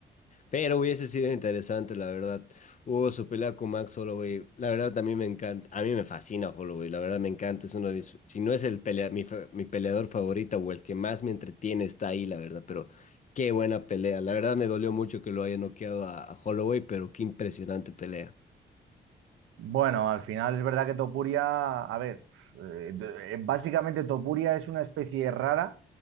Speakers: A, on the left; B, on the right.
A: Pero hubiese sido interesante, la verdad. Hubo su pelea con Max Holloway. La verdad, también me encanta. A mí me fascina Holloway. La verdad, me encanta. Es uno de mis. Si no es el pelea, mi, fa- mi peleador favorita o el que más me entretiene, está ahí, la verdad. Pero qué buena pelea. La verdad, me dolió mucho que lo haya noqueado a, a Holloway, pero qué impresionante pelea.
B: Bueno, al final es verdad que Topuria, a ver, eh, d- básicamente Topuria es una especie rara